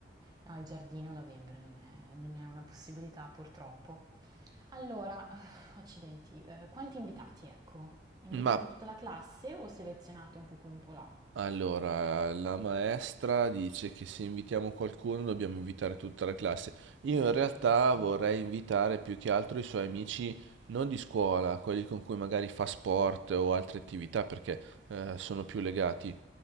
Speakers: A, on the right; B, on the right.
A: No, il giardino a novembre non è, non è una possibilità, purtroppo. Allora, eh, accidenti, eh, quanti invitati, ecco? Invitate
B: Ma
A: tutta la classe o selezionate un po' qui, un po' là?
B: allora, la maestra dice che se invitiamo qualcuno dobbiamo invitare tutta la classe. Io
A: Eh,
B: in realtà
A: capisco.
B: vorrei invitare più che altro i suoi amici non di scuola, quelli con cui magari fa sport o altre attività, perché eh, sono più legati.